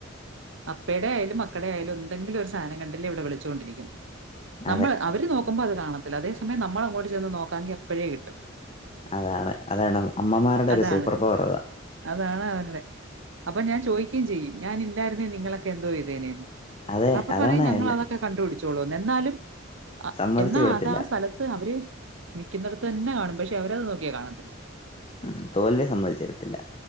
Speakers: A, on the right; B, on the left.
A: അപ്പേടെ ആയാലും മക്കടെ ആയാലും എന്തെങ്കിലും ഒരു സാധനം കണ്ടല്ലേ ഇവിടെ വിളിച്ചുകൊണ്ടിരിക്കും നമ്മള്
B: അതെ
A: അവര് നോക്കുമ്പോ അത് കാണത്തില്ല അതേ സമയം നമ്മൾ അങ്ങോട്ട് ചെന്ന് നോക്കാെങ്കിൽ എപ്പോഴേ കിട്ടും
B: അതാണ് അതാണ് അമ്മമാരുടെ
A: അതാണ്
B: ഒരു സൂപ്പർ പവർ അതാ
A: അതാണ് അവരുടെ അപ്പൊ ഞാൻ ചോയിക്ക ക്കും ചെയ്യും ഞാന് ഇല്ലായിരുന്നേ നിങ്ങളൊക്കെ എന്തോ ചെയ്തേനെ ന്ന്
B: അതെ
A: അപ്പൊ
B: അതാണ്
A: പറയും ഞങ്ങൾ
B: എല്ല
A: അതൊക്കെ കണ്ടുപിടിച്ചോളൂ എന്നാലും
B: സമ്മതിച്ചു
A: എന്നാ
B: വിടത്തില്ല
A: അത് സ്ഥലത്ത് ത് അവര് നിക്കിന്നെടത്ത് തന്നെ കാണും പക്ഷെ അവരത് നോക്കിയാൽ കാണത്തില്ല
B: ഉം തോൽവി സംമ്മതിച്ചരത്തില്ല